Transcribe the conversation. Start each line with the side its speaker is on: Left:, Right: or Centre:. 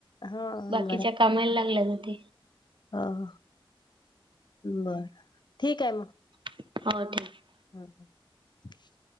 Left: हां,
Right: बाकीच्या कामाला लागले जाते.
Left: ह.. बरं ठीक आहे मग.
Right: <unintelligible>
Left: <unintelligible>